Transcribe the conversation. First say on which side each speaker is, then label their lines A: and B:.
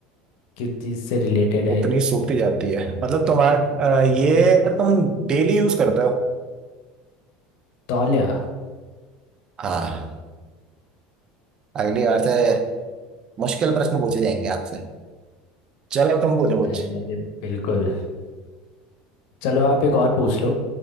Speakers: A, on the left; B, on the right.
A: किस चीज़ से रिलेटेड है
B: उतनी
A: ये
B: सूखती जाती है मतलब तुम्हारा ये यार तुम डेली यूज करते हो
A: तौलिया
B: हाँ अगली बार से मुश्किल प्रश्न पूछे जाएंगे आपसे चलो अब तुम पूछो कुछ
A: अरे अरे बिल्कुल चलो आप एक और पूछ लो